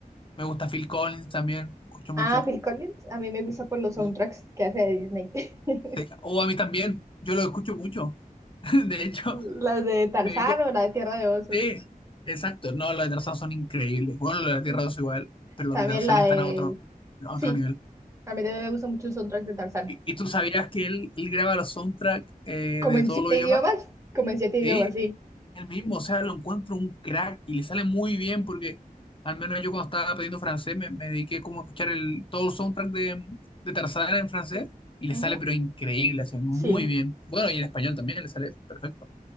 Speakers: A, on the left (about 35°); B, on the right (about 20°).
A: me gusta Phil Collins también, escucho mucho.
B: Ah, Phil Collins. A mí me gusta por los soundtracks
A: Eh,
B: que hace de Disney. <laughs>
A: sí, O a mí también, yo lo escucho mucho. <laughs> De hecho,
B: Las de Tarzán
A: me, di cu-
B: o la de Tierra de Osos.
A: Sí, exacto. No, los de Tarzán son increíbles. Bueno, los de la
B: Sí.
A: Tierra 2 igual, pero
B: También
A: los de Tarzán
B: la
A: están
B: de...
A: a otro, a
B: Sí,
A: otro nivel.
B: a mí también me gusta mucho el soundtrack de Tarzán.
A: ¿Y, y tú sabías que él, él graba los soundtracks eh,
B: Como
A: de
B: en
A: todos
B: siete
A: los idiomas?
B: idiomas, como en siete idiomas,
A: Sí,
B: sí.
A: él mismo, o sea, lo encuentro un crack y le sale muy bien porque al menos yo cuando estaba aprendiendo francés me, me dediqué como a escuchar el, todo el soundtrack de, de Tarzán en francés
B: Mm,
A: y le
B: ujú,
A: sale pero increíble, hace muy
B: Sí,
A: bien. Bueno, y en español también le sale perfecto.